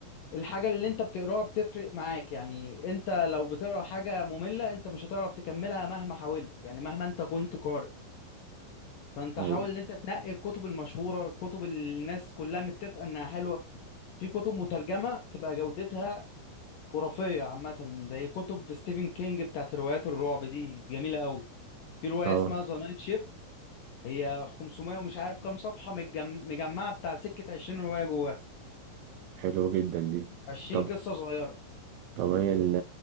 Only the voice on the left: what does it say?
الحاجة اللي انت بتقراها بتفرق معاك يعني انت لو بتقرا حاجة مملة انت مش هتعرف تكملها مهما حاولت يعني مهما انت كنت قارئ فانت
حاول ان انت تنقي الكتب المشهورة الكتب اللي الناس كلها متفقة انها حلوة في كتب مترجمة بتبقى جودتها خرافية عامة زي كتب ستيفن كينج بتاعت روايات الرعب دي جميلة قوي في رواية
اسمها ذا نايت شيفت هي 500 ومش عارف كام صفحة متجم- مجمعة بتاع سكة 20 رواية جواها
20
قصة صغيرة